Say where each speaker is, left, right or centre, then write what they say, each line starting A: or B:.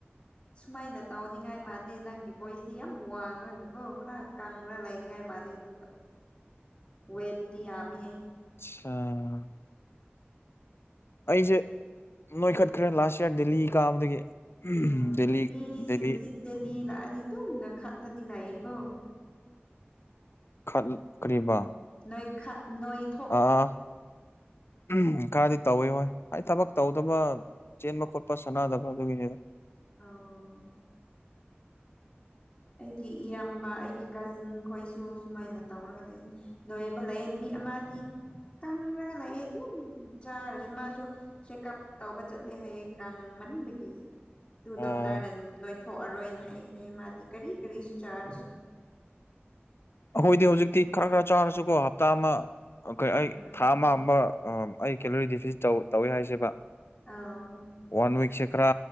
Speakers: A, on the left; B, on the left.
A: ꯁꯨꯃꯥꯏꯅ ꯇꯧꯅꯤꯡꯉꯥꯏ ꯃꯥꯅꯦ ꯅꯪꯒꯤ ꯚꯣꯏꯁꯇꯤ ꯌꯥꯝ ꯋꯥꯡꫪꯒꯀꯣ ꯈꯔ ꯀꯪꯅ ꯂ ꯂꯩꯅꯤꯡ ꯉꯥꯏ ꯃꯥꯂꯦ ꯑꯗꯨꯒ
B: <inaudible>
A: ꯋꯦꯠꯇꯤ ꯌꯥꯝꯃꯤ
B: ꯑꯁꯥ ꯑꯩꯁꯦ ꯅꯣꯏꯈꯠꯈ꯭ꯔꯦ ꯂꯥꯁ ꯏꯌꯥꯔ ꯗꯦꯜꯂꯤ ꯀꯥꯕꯗꯒꯤ
A: ꯎꯝ
B: ꯗꯦꯜꯂꯤ
A: ꯃꯤꯁꯤꯡꯁꯤ
B: ꯗꯦꯜꯂꯤ
A: ꯗꯦꯂꯤ ꯂꯥꯛꯑꯗꯤ ꯇꯨꯝ ꯅꯣꯏꯈꯠꯂꯗꯤ ꯂꯩꯑꯦꯀꯣ
B: ꯈꯠ ꯈ꯭ꯔꯤꯕ
A: ꯅꯣꯏ ꯈꯠ ꯅꯣꯏ
B: ꯑꯥ ꯎꯝ ꯈꯔꯗꯤ ꯇꯧꯋꯤ ꯍꯣꯏ ꯑꯩ ꯊꯕꯛ ꯇꯧꯗꯕ ꯆꯦꯟꯕ ꯈꯣꯠꯄ ꯁꯥꯟꯅꯗꯕ ꯑꯗꯨꯒꯤꯅꯤꯗ
A: ꯑꯧ ꯑꯩꯒꯤ ꯏꯌꯥꯝꯕ ꯑꯩꯒꯤ ꯀꯥꯖꯤꯟ ꯈꯣꯏꯁꯨ ꯁꯨꯃꯥꯏꯅ ꯇꯧꯔꯒ ꯅꯩꯕꯅꯤ ꯅꯣꯏꯕ ꯂꯩꯑꯦ ꯃꯤ ꯑꯃꯗꯤ ꯀꯪꯔꯒ ꯂꯥꯛꯑꯦ ꯑꯗꯨꯝ ꯆꯥꯔꯁꯨ ꯃꯥꯁꯨ ꯆꯦꯛꯑꯞ ꯇꯧꯕ ꯆꯠꯂꯦ ꯍꯥꯏꯌꯦ ꯀꯪꯃꯟꯕꯒꯤ ꯑꯗꯨ
B: ꯑꯣ
A: ꯗꯣꯛꯇꯔꯅ ꯅꯣꯏ ꯊꯣꯛꯑꯔꯣꯏꯅ ꯍꯥꯏꯌꯦ ꯍꯥꯏꯌꯦ ꯃꯥꯗꯤ ꯀꯔꯤ ꯀꯔꯤꯁꯨ ꯆꯥꯔꯁꯨ
B: ꯑꯩꯈꯣꯏꯗꯤ ꯍꯧꯖꯤꯛꯇꯤ ꯈꯔ ꯈꯔ ꯆꯥꯔꯁꯨꯀꯣ ꯍꯞꯇꯥ ꯑꯃ ꯀ
A: ꯎꯝ
B: ꯊꯥ ꯑꯃ ꯑꯃ ꯑꯩ ꯀꯦꯂꯣꯔꯤ ꯗꯤ ꯐꯤꯖ ꯇꯧ ꯇꯧꯏꯦ ꯍꯥꯏꯁꯦꯕ
A: ꯑꯧ
B: ꯋꯥꯟ ꯋꯤꯛꯁꯦ ꯈꯔ